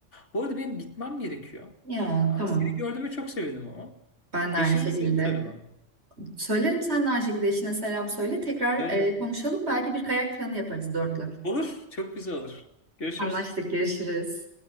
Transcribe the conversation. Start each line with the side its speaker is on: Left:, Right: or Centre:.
Left: Bu arada benim gitmem gerekiyor.
Right: ya
Left: Aa,
Right: tamam.
Left: seni gördüğüme çok sevindim ama.
Right: Ben de
Left: Eşine
Right: aynı şekilde.
Left: de seni söyle bana.
Right: Söylerim sen de aynı şekilde eşine selam söyle. Tekrar
Left: Söylerim.
Right: e, konuşalım. Belki bir kayak planı yaparız dörtlü.
Left: Olur, çok güzel olur. Görüşürüz.
Right: Anlaştık, görüşürüz.